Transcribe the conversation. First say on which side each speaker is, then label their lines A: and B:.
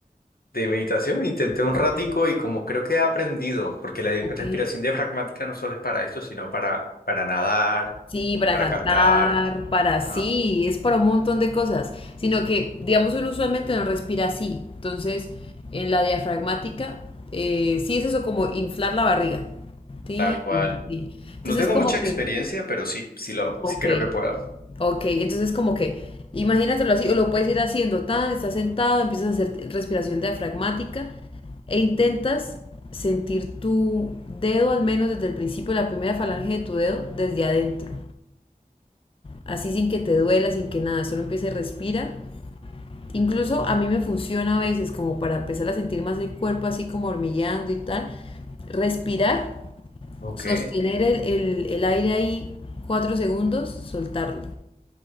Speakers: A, on the left (about 70°); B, on the left (about 35°).
A: de meditación, intenté un
B: Ok,
A: ratico y como creo que he aprendido, porque la
B: ok.
A: respiración diafragmática no solo es para esto, sino para, para nadar,
B: Sí, para
A: para
B: cantar,
A: cantar,
B: para sí,
A: ajá,
B: es para un montón de cosas, sino que, digamos, uno usualmente no respira así. Entonces, en la diafragmática, eh, sí es eso como inflar la barriga. Sí,
A: tal cual.
B: y bajar, sí. Entonces,
A: No tengo
B: como
A: mucha experiencia,
B: que,
A: pero sí, sí lo,
B: ok,
A: sí creo que puedo.
B: ok, entonces como que, imagínatelo así, o lo puedes ir haciendo, tan, estás sentado, empiezas a hacer respiración diafragmática e intentas sentir tu dedo, al menos desde el principio, la primera falange de tu dedo, desde adentro así sin que te duela, sin que nada, solo empiece, respira. Incluso a mí me funciona a veces como para empezar a sentir más el cuerpo así como hormigueando y tal. Respirar,
A: Ok.
B: sostener el, el- el aire ahí cuatro segundos, soltarlo.